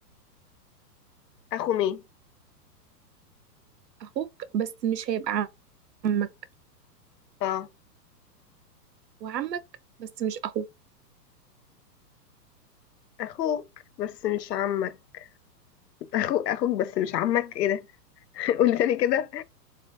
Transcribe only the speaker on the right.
أخوك بس مش هيبقى عمك
وعمك بس مش أخوك